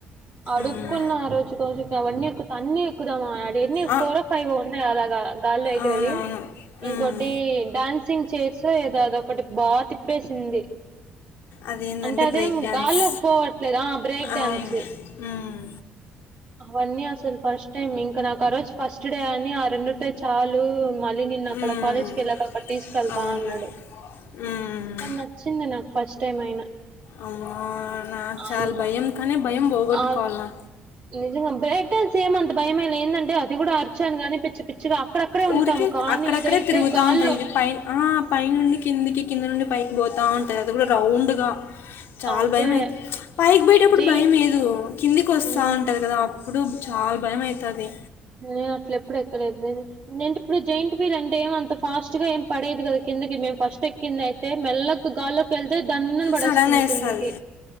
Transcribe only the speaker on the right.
అడుక్కున్న
రోజుక రజు అవన్నీ ఎక్కుతా అన్నీ ఎక్కుదాం ఆ ఎన్ని
ఫోర్ ఫైవ్ ఉన్నాయి అలాగా గాల్లో ఎగిరేవి.
ఇంకోటి డాన్సింగ్ చేర్స ఏదో అద ఒకటి బాగా తిప్పేసింది.
అంటే అదేం
గాల్లోకి పోవట్లేద బ్రేక్
డాన్స్
అవన్నీ అసలు ఫస్ట్ టైమ్ ఇంకా నాకు ఆ రోజు ఫస్ట్ డే అని ఆ రెండు టే చాలు మళ్ళీ నిన్ను అక్కడ
కాలేజ్కి వెళ్ళాక అక్కడ తీసుకెళ్తా
అన్నాడు.
కాన్ నచ్చింది నాకు ఫస్ట్ టైం అయిన
అన్
ఆ నిజంగా బ్రేక్ డాన్స్ ఏమంత భయమేయలే ఏందంటే అది కూడా అరిచాను గానీ పిచ్చి పిచ్చిగా అక్కడక్కడే ఉంటాం
కానీ
ఇదైతే
గాల్లో
అదే
జై
ఉమ్
నే అట్ల ఎప్పుడు ఎక్కలేదు నేంటప్పుడు జైట్ వీలంటే ఏమంత ఫాస్ట్ గా ఏం పడేది కదా కిందకి మేము ఫస్ట్ కిందైతే మెల్లగా గాల్లోకేల్ అే దంన్ అని పడేస్తుంది
కిందికి